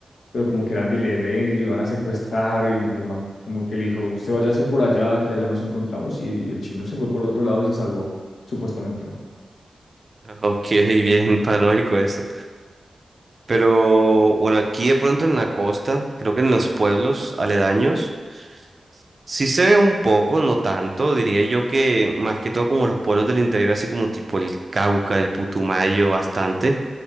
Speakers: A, on the left; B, on the right.
A: Pero como que eran del E L N y lo iban a secuestrar y el man como que le dijo, usted váyase por allá, que allá nos encontramos y el chino se fue por otro lado y se salvó, supuestamente, ¿no?
B: Ok, bien paranoico eso. Pero bueno, aquí de pronto en la costa, creo que en los pueblos aledaños, sí se ve un poco, no tanto, diría yo que más que todo como los pueblos del interior, así como tipo el Cauca, el Putumayo, bastante.